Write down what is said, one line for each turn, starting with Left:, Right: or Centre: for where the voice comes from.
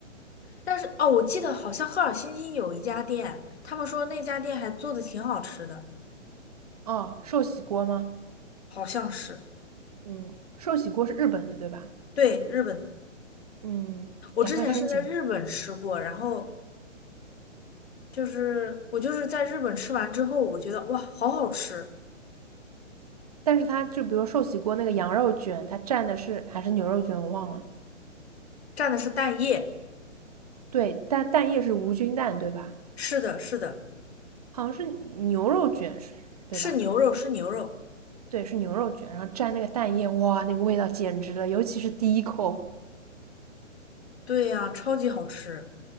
Left: 但是哦，我记得好像赫尔辛基有一家店，他们说那家店还做的挺好吃的，
Right: 哦，寿喜锅吗？
Left: 好像是，
Right: 嗯，寿喜锅是日本的，对吧？
Left: 对，日本的。
Right: 嗯，
Left: 我之前是在日本吃过，
Right: 赶快申请。
Left: 然后就是我就是在日本吃完之后，我觉得哇，好好吃，
Right: 但是它就比如寿喜锅那个羊肉卷，它蘸的是还是牛肉卷，我忘了。
Left: 蘸的是蛋液，
Right: 对，但蛋液是无菌蛋，对吧？
Left: 是的，是的，
Right: 好像是牛肉卷是，对吧？
Left: 是牛肉，是牛肉，
Right: 对，是牛肉卷，然后蘸那个蛋液，哇，那个味道简直了，尤其是第一口。
Left: 对呀，超级好吃。